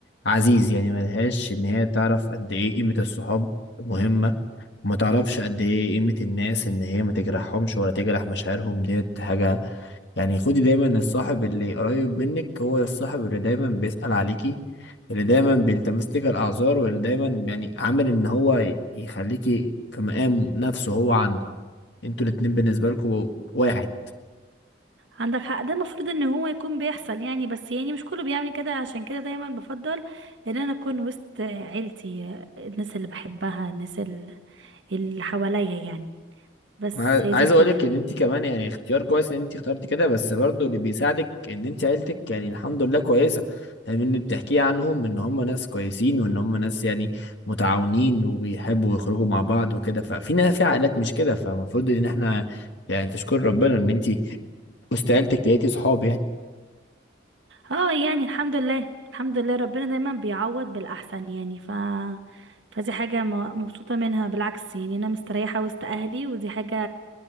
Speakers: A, on the left (about 65°); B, on the right (about 70°).
A: عزيز يعني ملهاش ان هي تعرف قد ايه قيمة الصحاب مهمة ما تعرفش قد ايه قيمة الناس ان هي ما تجرحهمش ولا تجرح مشاعرهم ديت حاجة يعني خدي دايما الصاحب اللي قريب منك هو الصاحب اللي دايما بيسأل عليكي اللي دايما بيلتمس لك الأعذار واللي دايما يعني عامل ان هو يخليكي في مقام نفسه هو عنده انتوا الاتنين بالنسبة لكم واحد
B: عندك حق ده المفروض ان هو يكون بيحصل يعني بس يعني مش كله بيعمل كده عشان كده دايما بفضل ان انا اكون وسط عيلتي الناس اللي بحبها الناس ال- اللي حواليا يعني بس
A: انا عاي-
B: هي
A: عايز
B: دي الفكرة
A: اقول لك ان انت كمان يعني اختيار كويس ان انت اخترتي كده بس برضو اللي بيساعدك ان انت عيلتك يعني الحمد لله كويسه لان اللي بتحكيه عنهم ان هم ناس كويسين وان هم ناس يعني متعاونين وبيحبوا يخرجوا مع بعض وكده ففي ناس في عائلات مش كده فالمفروض ان احنا يعني تشكر ربنا ان انت وسط عيلتك لقيتي صحاب يعني
B: اه يعني الحمد لله الحمد لله ربنا دايما بيعوض بالاحسن يعني ف فدي حاجة م- مبسوطة منها بالعكس يعني انا مستريحة وسط اهلي ودي حاجة